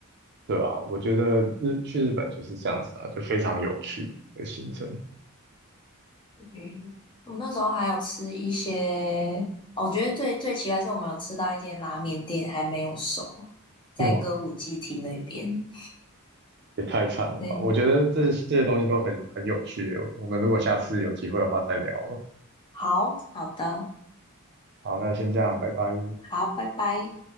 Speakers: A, on the right; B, on the left.
A: 对啊，我觉得日去日本就是这样子啊，就非常有趣的行程，
B: 嗯，我那时候还有吃一些，哦我觉得最最奇怪是我们有吃到一间拉面店还没有熟，在歌舞伎町那边。
A: 哇，也太惨了吧！
B: 嗯，
A: 我觉得这这些东西都很很有趣欸，我们如果下次有机会的话再聊了。
B: 好好的，
A: 好，那先这样，拜拜。
B: 好，拜拜。